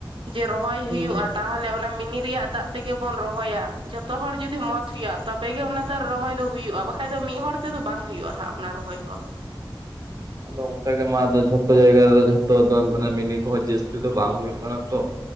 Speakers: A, on the right (about 75°); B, on the right (about 45°).
A: ᱡᱮ ᱨᱚᱦᱚᱭ
B: ᱦᱩᱸ
A: ᱦᱩᱭᱩᱜ-ᱟ᱾ ᱛᱟᱦᱚᱞᱮ ᱚᱱᱟ ᱢᱤᱱᱤ ᱨᱮᱭᱟᱜ ᱫᱟᱜ ᱛᱮᱜᱮ ᱵᱚᱱ ᱨᱚᱦᱚᱭᱟ᱾ ᱡᱷᱚᱛᱚ ᱦᱚᱲ ᱡᱩᱫᱤ ᱢᱚᱛ ᱦᱩᱭᱩᱜ-ᱟ ᱛᱚᱵᱽ ᱛᱮᱜᱮ ᱚᱱᱟ ᱫᱚ ᱨᱚᱦᱚᱭ ᱫᱚ ᱦᱩᱭᱩᱜ-ᱟ ᱵᱟᱠᱷᱟᱡ ᱫᱚ ᱢᱤᱜ ᱦᱚᱲ ᱛᱮᱫᱚ ᱵᱟᱝ ᱦᱩᱭᱩᱜ-ᱟ ᱦᱟᱸᱜ ᱚᱱᱟ ᱨᱚᱦᱚᱭ ᱦᱚᱸ ᱾
B: ᱟᱫᱚ ᱚᱱᱠᱟ ᱜᱮ ᱢᱟ ᱟᱫᱚ ᱡᱷᱚᱛᱚ ᱡᱟᱭᱜᱟ ᱨᱮᱫᱚ ᱡᱷᱚᱛᱚ ᱫᱚ ᱢᱟᱱᱮ ᱢᱤᱱᱤ ᱠᱚᱦᱚᱸ ᱡᱟᱹᱥᱛᱤ ᱫᱚ ᱵᱟᱝ ᱦᱩᱭᱩᱜ ᱠᱟᱱᱟ ᱛᱚ ᱾